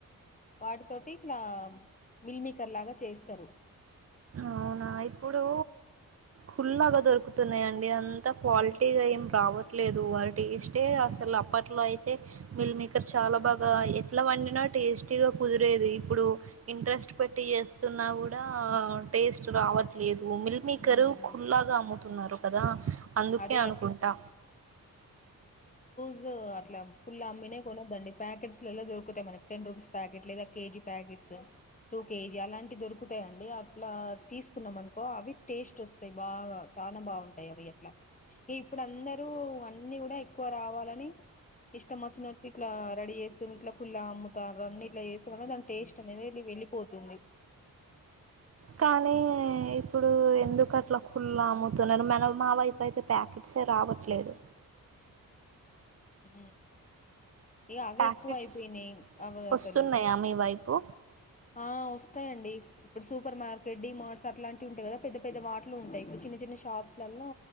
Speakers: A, on the left (about 20°); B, on the right (about 40°).
A: వాటితోటి ఇట్లా మిల్మకర్ లాగా చేస్తారు.
B: అవునా ఇప్పుడు ఫుల్లాగా దొరుకుతున్నాయిండి. అంతా క్వాలిటీగా ఏం రావట్లేదు వారి టేస్టే అసలు అప్పట్లో అయితే, మిల్మేకర్ చాలా బాగా ఎట్లా వండినా టేస్టీగా కుదిరేదు. ఇప్పుడు ఇంట్రెస్ట్ పెట్టి చేస్తున్నా కూడా, టేస్ట్ రావట్ లేదు మిల్ మేకరు
A: ఉమ్.
B: కుల్లాగా అమ్ముతున్నారు కదా అందుకే
A: అదే
B: అనుకుంటా
A: జ్ అట్లా ఫుల్ అమ్మినే కొనొద్దండి ప్యాకెట్స్ దొరుకుతాయి మన టెన్ రూపీస్ ప్యాకెట్ లేదా కేజీ ప్యాకెట్స్ టూ కేజీ అలాంటి దొరుకుతాయిడి అట్లా తీసుకున్నామన్ అవి టేస్ట్ వస్తాయి బాగా చాలా బాగుంటాయి అవి అట్లా ఇప్పుడు అందరూ అన్నీ కూడా ఎక్కువ రావాలని ఇష్టం వచ్చినట్లు ఇట్లా రెడీ చెస్ ఇట్ల పుల్ల అమ్ముతరు అన్ని ఇట్లా వేస్తేమ దాని టేస్ట్ అనేది వెళ్ళిపోతుంది
B: కానీ ఇప్పుడు ఎందుకు అట్లా కుళ అమ్ముతున్నారు మనం మా వైపు అయితే ప్యాకెట్సే రావట్లేదు
A: హు ఇగ అవి
B: ప్యాకెట్స్
A: ఎక్కువ అయిపోయినాయి అవి
B: వస్తున్నాయా
A: అసలు
B: మీ వైపు
A: ఆ వస్తాయండి ఇప్పుడు సూపర్ మార్కెట్, డి మార్ట్స్ అట్లాంటివి ఉంటాయి, కదా పెద్ద పెద్ద వాటలు ఉంటాయి, ఇప్పుడు చిన్న చిన్న షాప్స్లలో